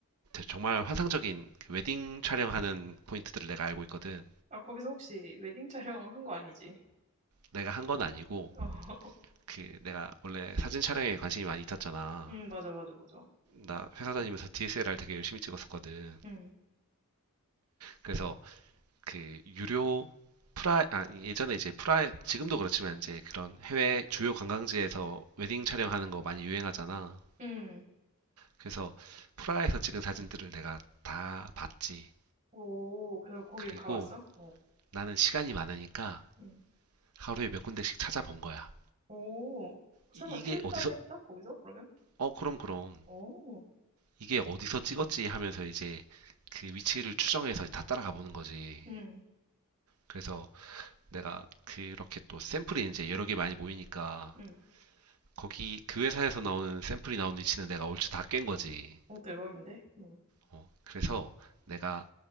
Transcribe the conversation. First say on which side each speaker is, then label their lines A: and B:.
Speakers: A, on the right; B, on the right.
A: 정말 환상적인 그 웨딩 촬영하는 포인트들을 내가 알고 있거든.
B: 아, 거기서 혹시 웨딩 촬영 한 거 아니지?
A: 내가 한 건 아니고,
B: <laughs> 어,
A: 그, 내가 원래 사진 촬영에 관심이 많이 있었잖아.
B: 응, 맞아, 맞아, 맞아.
A: 나 회사 다니면서 DSLR 되게 열심히 찍었었거든.
B: 응.
A: 그래서 그 유료 프라이, 아, 예전에 이제 프라이, 지금도 그렇지만 이제 그런 해외 주요 관광지에서 웨딩 촬영하는 거 많이 유행하잖아.
B: 응.
A: 그래서 프라에서 찍은 사진들을 내가 다 봤지.
B: 오, 그, 거기
A: 그리고
B: 가봤어? 어.
A: 나는 시간이 많으니까
B: 응.
A: 하루에 몇 군데씩 찾아본 거야.
B: 오, 설마
A: 이- 이게
B: 출사도
A: 어디서
B: 했어? 거기서? 그러면?
A: 어, 그럼, 그럼.
B: 오,
A: 이게 어디서 찍었지 하면서 이제 그 위치를 추정해서 다 따라가 보는 거지.
B: 응,
A: 그래서 내가 그렇게 또 샘플이 이제 여러 개 많이 모이니까
B: 응.
A: 거기 그 회사에서 나오는 샘플이 나온 위치는 내가 얼추 다 깬 거지.
B: 오, 대박인데? 응,
A: 어, 그래서 내가